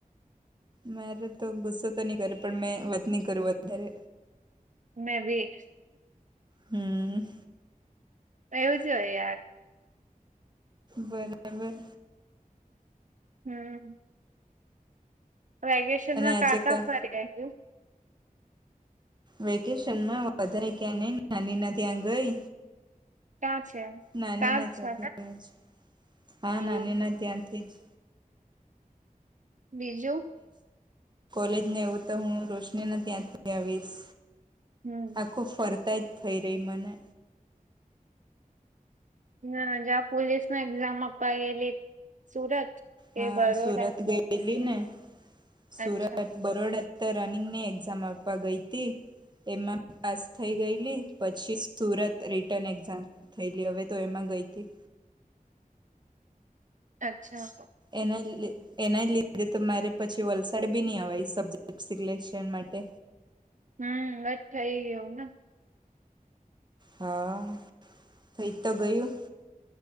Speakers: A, on the right; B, on the right.
A: મારે તો ગુસ્સો તો નહી કરે પણ મેં વાત ન કરું વધારે
B: મે બી
A: હમ
B: એવું જ હોય યાર.
A: બરાબર.
B: હમ્મ. વેકેશન
A: અને
B: માં
A: આજે
B: કાતા
A: કા
B: ફરી આવું?
A: વેકેશન માં વધારે ક્યાં નઈ નાની ના ત્યાં ગઈ.
B: ક્યાં છે
A: નાની
B: ત્યાં
A: ના
B: જ
A: ત્યાંથી
B: છે
A: આયા હે.
B: ને
A: હા નાનીના ત્યાંથી જ
B: બીજું?
A: લેજ ને એવું તો હું રોશની ના ત્યાંથી આવીશ.
B: હમ
A: આખું ફરતા જ થઈ રહી મને.
B: હા જ્યા પોલીસમાં એક્ઝામ આપવા ગેલી સુરત કે
A: હા,
B: બરોડા
A: સુરત ગયેલી ને. સુરત
B: અચ્છા
A: બરોડા તો રનિંગ ની એક્ઝામ આપવા ગઈ તી. એમાં પાસ થઈ ગયેલી પછી સુરત રિટર્ન એક્ઝામ થયેલી હવે તો એમાં ગઈ તી.
B: અચ્છા.
A: એના લે એના જ લીધે તો મારે પછી વલસાડ બી ના અવાય સબ્જેક્ટ સિલેક્શન માટે.
B: હમ્મ અઠ થઈ ગયું ના.
A: હા, થઈ તો ગયું.